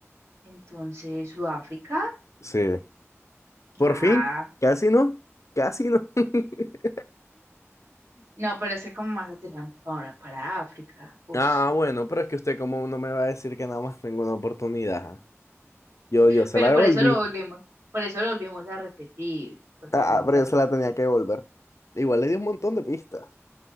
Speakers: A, on the right; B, on the left.
A: entonces Sudáfrica.
B: Sí. Por
A: Ah.
B: fin. Casi no. Casi no. <laughs>
A: No, pero es que como más aterran para, para África. Ush.
B: Ah, bueno, pero es que usted como no me va a decir que nada más tengo una oportunidad. ah? Yo, yo se
A: Pero
B: la devolví.
A: por eso lo volvemos, por eso lo volvimos a repetir. Por eso
B: Ah,
A: lo volvimos
B: pero
A: a
B: yo
A: repetir.
B: se la tenía que devolver. Igual le di un montón de pistas.